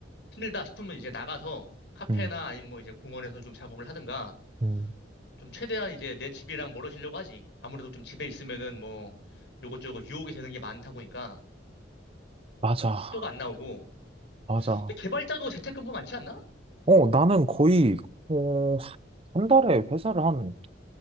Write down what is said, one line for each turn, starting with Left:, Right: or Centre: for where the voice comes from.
Left: 힘들다 싶으면 이제 나가서 카페나
Right: 음,
Left: 아니면 뭐 이제 공원에서 좀 작업을 하든가
Right: 음.
Left: 좀 최대한 이제 내 집이랑 멀어지려고 하지. 아무래도 좀 집에 있으면은 뭐 요것저것 유혹이 되는 게 많다 보니까
Right: 맞아,
Left: 속도가 안 나오고.
Right: 맞아.
Left: 근데 개발자도 재택근무 많지 않나?
Right: 어, 나는 거의, 어, 한 달에 회사를 한